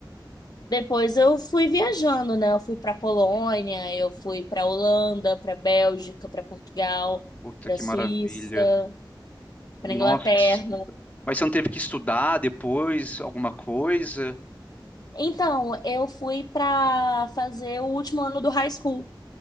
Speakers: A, on the left; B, on the left.
A: Depois eu fui viajando, né? Eu fui para Polônia, eu fui para Holanda, para Bélgica, para Portugal,
B: Puta
A: para
B: que
A: Suíça,
B: maravilha.
A: para
B: Nossa.
A: Inglaterra.
B: Mas você não teve que estudar depois alguma coisa?
A: Então, eu fui para fazer o último ano do high school,